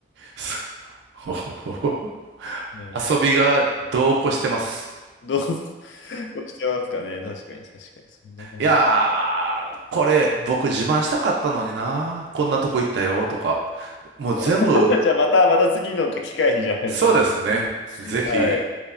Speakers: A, on the right; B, on the left.
A: すごい <laughs>
B: うん。
A: 遊びが度こしてます。
B: どう、<laughs> どうしてますかね。確かに、確かに。そんな感じ。
A: いやー、これ僕自慢したかったのにな。こんなとこ行ったよとか。もう全部、
B: <laughs> じゃあまた、また次の機会にじゃないですか。
A: そうですね。
B: じゃあ。いいですはい。
A: ぜひ。